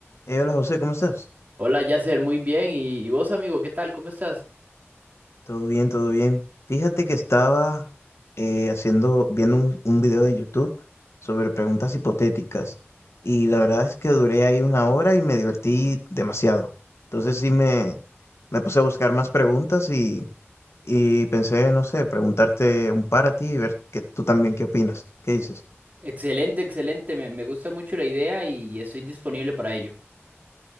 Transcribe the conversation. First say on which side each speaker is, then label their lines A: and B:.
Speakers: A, on the left; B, on the right.
A: Eh, hola José, ¿cómo estás?
B: Hola, Yasser, muy bien. ¿Y, y vos, amigo, qué tal? ¿Cómo estás?
A: Todo bien, todo bien. Fíjate que estaba eh, haciendo, viendo un, un video de YouTube sobre preguntas hipotéticas y la verdad es que duré ahí una hora y me divertí demasiado. Entonces sí me, me puse a buscar más preguntas y, y pensé, no sé, preguntarte un par a ti y ver que tú también qué opinas, qué dices.
B: Excelente, excelente. Me, me gusta mucho la idea y estoy disponible para ello.